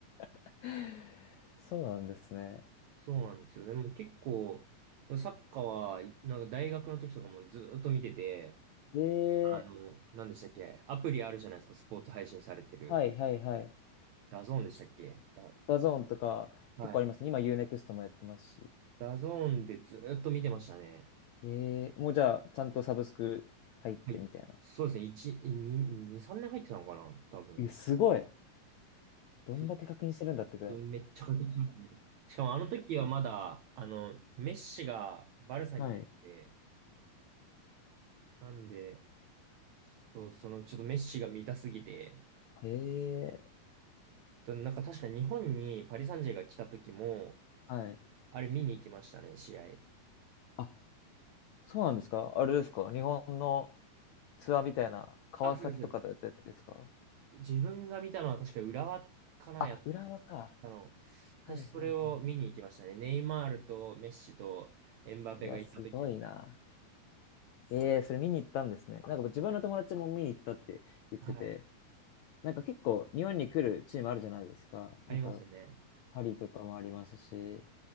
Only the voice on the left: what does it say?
<laughs> そうなんですね。
ええ
はいはいはい。
ダゾーンとか結構ありますね。
今 U-NEXT もやってますし。
ええもうじゃあちゃんとサブスク入ってみたいな。
え、すごい。どんだけ確認してるんだってぐらい。
はい。
へえ。
はい。
あ、そうなんですかあれですか日本のツアーみたいな、川崎とかだったやつですか
あ、
浦和か。
はいはいはい。
うわ、すごいな。ええそれ見に行ったんですね。
なんか自分の友達も見に行ったって言ってて、
なんか結構日本に来るチームあるじゃないですか。
なんか、パリとかもありますし、